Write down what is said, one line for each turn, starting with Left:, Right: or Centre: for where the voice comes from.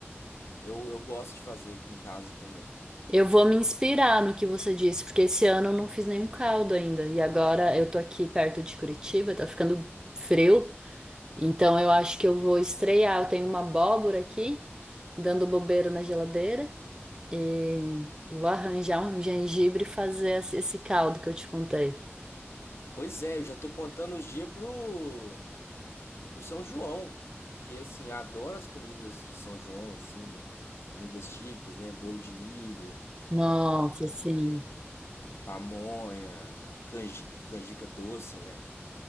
Left: Eu, eu gosto de fazer aqui em casa também.
Right: Eu vou me inspirar no que você disse, porque esse ano eu não fiz nenhum caldo ainda. E agora eu tô aqui perto de Curitiba, tá ficando frio, então eu acho que eu vou estrear. Eu tenho uma abóbora aqui, dando bobeira na geladeira. E vou arranjar um gengibre e fazer esse esse caldo que eu te contei.
Left: Pois é, eu já tô contando os dias pro, pro São João. Que assim, eu adoro as comidas de São João, assim, comidas típicas, né? Bolo de milho,
Right: Nossa, assim,
Left: pamonha, canji, canjica doce, né?